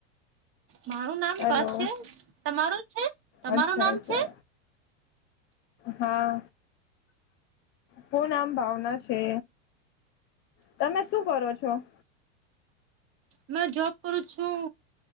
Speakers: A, on the right; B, on the left.
A: મારું નામ ક
B: હલો
A: છે તમારું છે તમારું
B: અચ્છા
A: નામ
B: અચ્છા
A: છે.
B: હા કો નામ ભાવના છે. તમે શું કરો છો.
A: મે જોબ કરુ છું.